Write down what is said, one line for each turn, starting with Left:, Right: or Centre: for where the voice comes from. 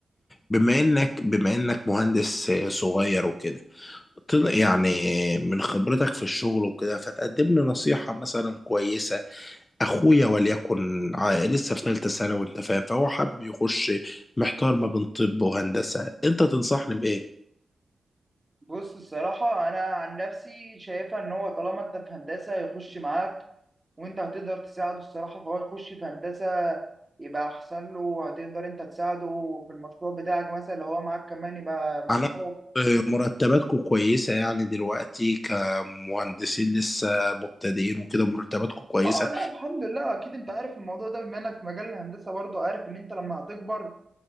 Left: بما انك بما انك مهندس آه، صغير وكده تقدر- يعني من خبرتك في الشغل وكده فتقدم لي نصيحة مثلا كويسة أخويا وليكن ع- لسه في ثالثة ثانوي أنت فاهم فهو حابب يخش محتار ما بين طب وهندسة أنت تنصحني بإيه؟
Right: بص الصراحة أنا عن نفسي شايفها إن هو طالما أنت في هندسة يخش معاك وأنت هتقدر تساعده الصراحة فهو يخش في هندسة يبقى أحسن له وهتقدر أنت تساعده في المشروع بتاعك مثلا لو هو معاك كمان يبقى مشروع
Left: أنا آه، مرتباتكم كويسة يعني دلوقتي كمهندسين لسه مبتدئين وكده مرتباتكم كويسة
Right: آه لا الحمد لله أكيد أنت عارف الموضوع ده بما إنك في مجال الهندسة برضه عارف إن أنت لما هتكبر